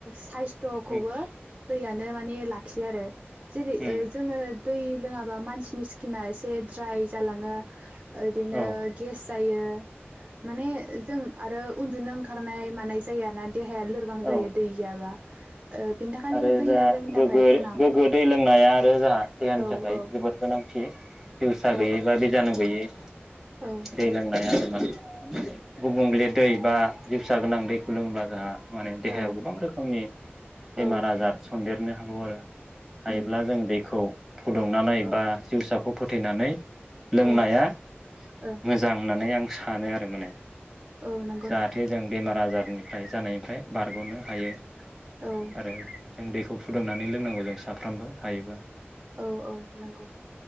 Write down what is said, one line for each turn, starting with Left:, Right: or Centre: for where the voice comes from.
Right: साइस्थ'खौबो
Centre: उम
Right: दैयनो मानिे लाखियो आरो। जेरै
Centre: उम
Right: जोङो दै लोङाबा माने बिनि स्किना एसे द्राय जालाङो बिदिनो
Centre: औ
Right: गेस जायो। माने जों आरो उन्दुनो ओंखारनाय मानाय जायो आरो ना। देहाया लोरबां जायो
Centre: औ
Right: दै गैयाबा। ओ बेनि थाखायनो
Centre: आरो
Right: दैया
Centre: जोंहा
Right: जोंनि थाखाय
Centre: गोगो
Right: गोनां
Centre: गोग्गो दै लोंनाया आरो जोंहा देहानि
Right: औ
Centre: थाखाय
Right: औ
Centre: जोबोद गोनां। ए जिउसा
Right: औ
Centre: गैयि बा बिजानु गोयै।
Right: औ
Centre: दै लोंनाया। गुबुंले दै बा जिउसा गोनां दैखौ लोंब्ला जोंहा माने देहायाव
Right: औ
Centre: गोबां रोखोमनि बेमार
Right: औ
Centre: आजार। देरनो हागौ आरो। हायोब्ला
Right: उम
Centre: जों बेखौ फुदुंनानै
Right: औ
Centre: बा जिउसा खौ फोथैनानै लोंनाया
Right: औ औ
Centre: मोजां होननानै आं सानो आरो माने।
Right: औ नंगौ
Centre: जाहाथे
Right: नोंथां।
Centre: जों <unintelligible> जानायनिफ्राय बारग'नो हायो
Right: औ
Centre: आरो जों दैखौ फुदुंनानै लोंनांगौ जों साफ्रोमबो हायोबा
Right: औ औ नंगौ।